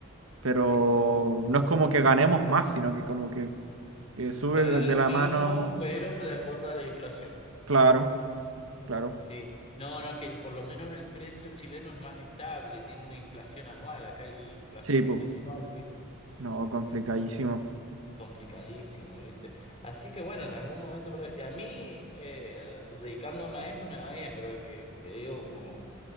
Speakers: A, on the right; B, on the left.
A: Pero
B: Sí,
A: no es como que ganemos más, sino que como que, que sube
B: ganan
A: de
B: lo
A: la
B: mismo,
A: mano.
B: pero de acuerdo a la inflación.
A: Claro, claro.
B: Sí. No, no, que el- por lo menos el precio chileno es más estable, tiene una inflación anual, acá hay inflación
A: Sí, po.
B: mensual, ¿viste?
A: No, complicadísimo.
B: En- Complicadísimo, ¿viste? Así que bueno, en algún momento, pero- y a mí, eh, dedicándome a esto me va bien, pero el que te digo, como